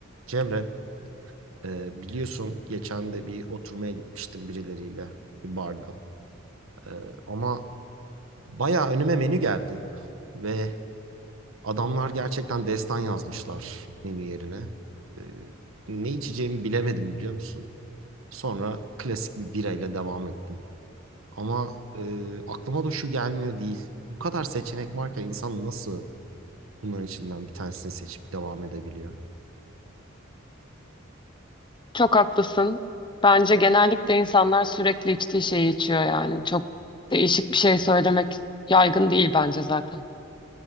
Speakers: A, on the right; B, on the left.
A: Cemre, e, biliyorsun geçen de bir oturmaya gitmiştim birileriyle bir barda. E, ama bayağı önüme menü geldi ve adamlar gerçekten destan yazmışlar menü yerine. E, ne içeceğimi bilemedim biliyor musun? Sonra klasik bir birayla devam ettim. Ama e, aklıma da şu gelmiyor değil. Bu kadar seçenek varken insan nasıl bunların içinden bir tanesini seçip devam edebiliyor?
B: Çok haklısın. Bence genellikle insanlar sürekli içtiği şeyi içiyor yani. Çok değişik bir şey söylemek yaygın değil bence zaten.